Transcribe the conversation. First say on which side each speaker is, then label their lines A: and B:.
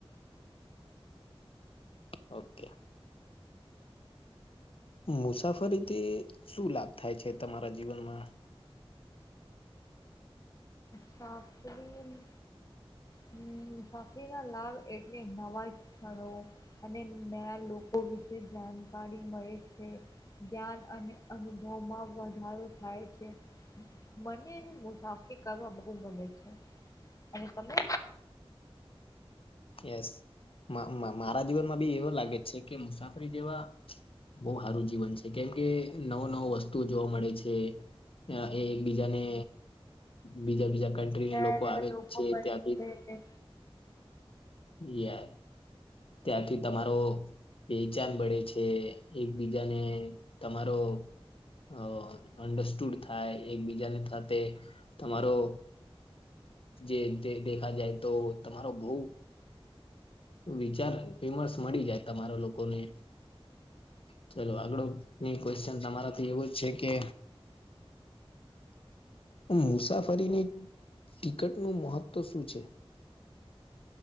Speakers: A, on the left (about 65°); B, on the left (about 35°).
A: ઓકે મુસાફરીથી શું લાભ થાય છે તમારા જીવનમાં
B: છાપી હમ મુસાફરી ના લાભ એટલે નવા સ્થળો અને નયા લોકો વિશે જાણકારી મળે છે જ્ઞાન અને અનુભવમાં વધારો થાય છે મને મુસાફરી કરવા બહુ ગમે છે અને તમે
A: યસ મારા જીવનમાં બી એવો લાગે છે કે મુસાફરી જેવા બહુ સારું જીવન છે કેમ કે નવ નવ વસ્તુઓ જોવા મળે છે એ એકબીજાને બીજા બીજા કન્ટ્રીને
B: નયા
A: લોકો
B: નયા
A: આવે
B: લોકો
A: છે
B: મળે
A: ત્યાંથી
B: છે.
A: યાર ત્યાંથી તમારો પેચાન મળળે છે એકબીજાને તમારો અ અંડરસ્ટુડ થાય એકબીજાને સાથે તમારો જે દેખા જાય તો તમારો બહ વિચાર વિમર્શ મળી જાય તમારા લોકોને ચલો આગળ ની ક્વેશ્ચન તમારાથી એવું જ છે કે મુસાફરીની ટિકટ નું મહત્વ શું છે.